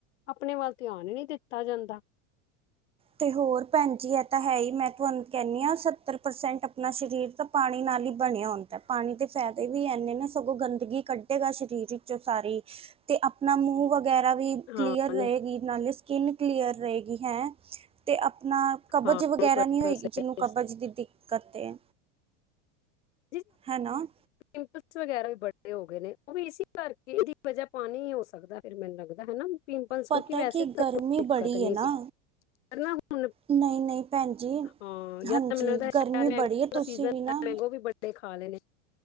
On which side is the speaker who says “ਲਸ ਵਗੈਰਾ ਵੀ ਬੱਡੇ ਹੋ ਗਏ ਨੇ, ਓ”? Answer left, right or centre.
Left